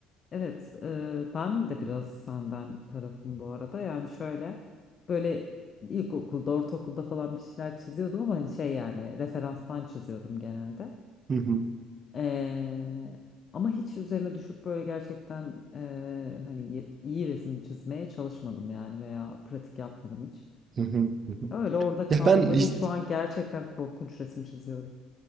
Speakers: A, on the left (about 45°); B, on the right (about 40°).
A: Evet, e, ben de biraz senden tarafım bu arada. Yani şöyle böyle ilkokulda, ortaokulda falan bir şeyler çiziyordum ama hani şey yani referanstan çiziyordum genelde.
B: Hı hı,
A: E, ama hiç üzerine düşüp böyle gerçekten e, hani ye- iyi resim çizmeye çalışmadım yani veya pratik yapmadım hiç.
B: hı hı, hı hı.
A: Öyle orada kaldı
B: Ya ben hiç
A: ve şu an gerçekten korkunç resim çiziyorum.